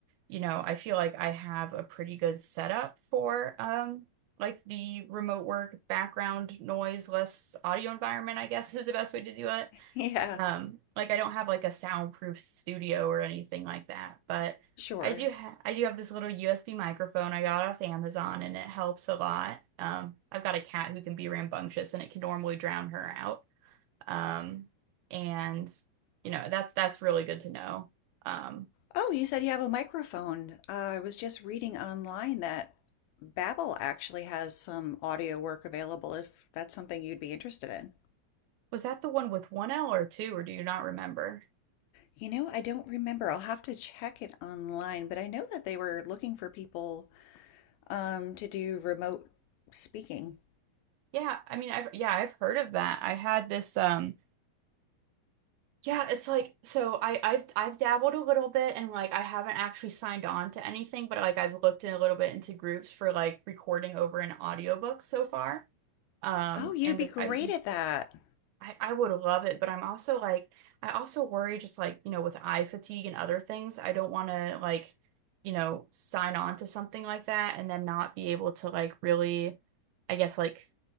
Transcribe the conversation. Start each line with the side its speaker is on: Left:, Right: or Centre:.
Right: you know, I feel like I have a pretty good setup for um like the remote work background noise less audio environment, I guess <laughs> is the best way to do it.
Left: Yeah,
Right: Um, like I don't have like a soundproof studio or anything like that, but
Left: sure.
Right: I do ha I do have this little USB microphone I got off Amazon and it helps a lot. Um, I've got a cat who can be rambunctious and it can normally drown her out. Um, and you know, that's that's really good to know. Um,
Left: Oh, you said you have a microphone. Uh, I was just reading online that Babbel actually has some audio work available if that's something you'd be interested in.
Right: was that the one with one L or two, or do you not remember?
Left: You know, I don't remember. I'll have to check it online, but I know that they were looking for people um, to do remote speaking.
Right: Yeah, I mean, I've yeah, I've heard of that. I had this um Yeah, it's like so I I've I've dabbled a little bit and like I haven't actually signed on to anything, but like I've looked in a little bit into groups for like recording over an audiobook so far. Um
Left: Oh, you'd
Right: and
Left: be great
Right: I
Left: at that.
Right: I, I would love it, but I'm also like I also worry just like, you know, with eye fatigue and other things, I don't want to like, you know, sign on to something like that and then not be able to like really I guess like